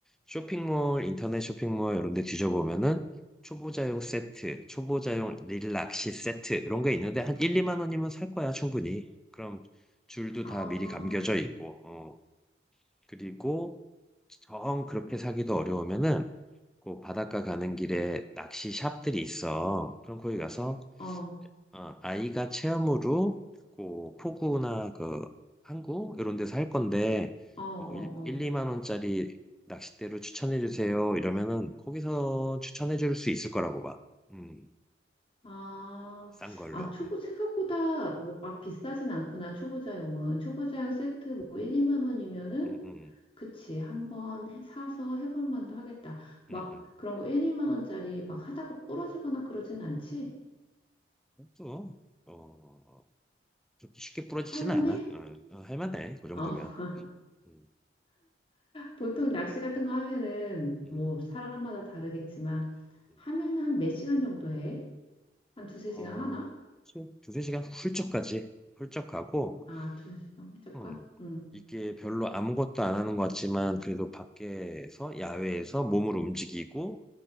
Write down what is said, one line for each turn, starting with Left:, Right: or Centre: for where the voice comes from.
Centre: 쇼핑몰, 인터넷 쇼핑몰 이런 데 뒤져보면은, 초보자용 세트, 초보자용 릴낚시 세트, 이런 게 있는데, 한 1, 2만 원이면 살 거야, 충분히. 그럼 줄도
Left: 아,
Centre: 다 미리 감겨져 있고, 어. 그리고, 정 그렇게 사기도 어려우면은, 그 바닷가 가는 길에 낚시 샵들이 있어. 그럼 거기 가서
Left: 어, 어,
Centre: 아, 아이가 체험으로 그 포구나 그 항구 이런 데서 할 건데
Left: 어, 어.
Centre: 뭐 1, 2만 원짜리 낚싯대로 추천해 주세요. 이러면은 거기서 추천해 줄 수 있을 거라고 봐. 음,
Left: 아,
Centre: 싼 걸로.
Left: 아, 초보 생각보다 뭐 막 비싸진 않구나. 초보자용은 초보자용 세트 뭐 1, 2만 원이면은
Centre: 음, 음,
Left: 그치. 한번 해- 사서 해볼 만도 하겠다. 막
Centre: 음, 음.
Left: 그런 거 1, 2만 원짜리 막 하다가 부러지거나 그러진 않지?
Centre: 음. 또 어, 그렇게 쉽게 부러지지는
Left: 할 만해?
Centre: 않아. 어, 어, 할 만해. 그 정도면.
Left: 어, <laughs>
Centre: 음,
Left: 보통
Centre: 음,
Left: 낚시 같은 거 하면은
Centre: 음.
Left: 뭐 사람마다 다르겠지만
Centre: 음.
Left: 하면 한 몇 시간 정도 해? 한 두세 시간
Centre: 어,
Left: 하나?
Centre: 시- 두세 시간 훌쩍 가지. 훌쩍 가고
Left: 아, 두세 시간 잠깐.
Centre: 음,
Left: 응.
Centre: 이게 별로 아무것도 안 하는 것 같지만 그래도 밖에서 야외에서 몸을 움직이고